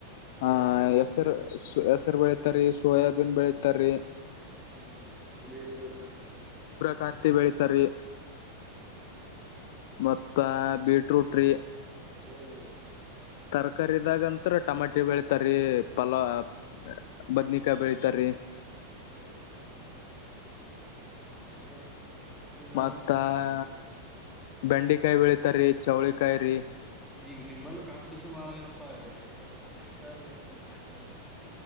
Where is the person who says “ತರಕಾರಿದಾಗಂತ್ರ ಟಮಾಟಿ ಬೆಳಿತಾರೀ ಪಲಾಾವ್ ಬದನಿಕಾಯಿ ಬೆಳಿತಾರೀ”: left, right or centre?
Left